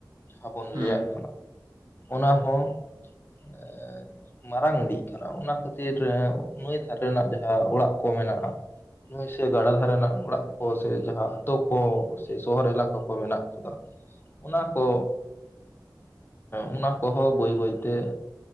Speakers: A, on the left (about 30°); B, on the right (about 75°).
A: ᱡᱟᱦᱟᱸᱵᱚᱱ
B: ᱦᱩᱸ
A: ᱞᱟᱹᱭᱟᱜ ᱠᱟᱱᱟ ᱚᱱᱟ ᱦᱚᱸ
B: <inaudible>
A: ᱮᱸ ᱢᱟᱨᱟᱝ ᱤᱫᱤᱜ ᱠᱟᱱᱟ ᱚᱱᱟ ᱠᱷᱟᱹᱛᱤᱨ ᱱᱟᱹᱭ ᱫᱷᱟᱨᱮ ᱨᱮᱱᱟᱜ ᱡᱟᱦᱟᱸ ᱚᱲᱟᱜ ᱠᱚ ᱢᱮᱱᱟᱜ-ᱟ᱾ ᱱᱟᱹᱭ ᱥᱮ ᱜᱟᱰᱟ ᱫᱷᱟᱨᱮ ᱨᱮᱱᱟᱜ ᱚᱲᱟᱜ ᱠᱚ ᱥᱮ ᱡᱟᱦᱟᱸ ᱟᱛᱳ ᱠᱚ ᱥᱮ ᱥᱚᱦᱚᱨ ᱮᱞᱟᱠᱟ ᱠᱚ ᱢᱮᱱᱟᱜ ᱠᱟᱫᱟ᱾
B: <inaudible>
A: ᱚᱱᱟ ᱠᱚ ᱚᱱᱟ ᱠᱚᱦᱚᱸ ᱵᱟᱹᱭ ᱵᱟᱹᱭᱛᱮ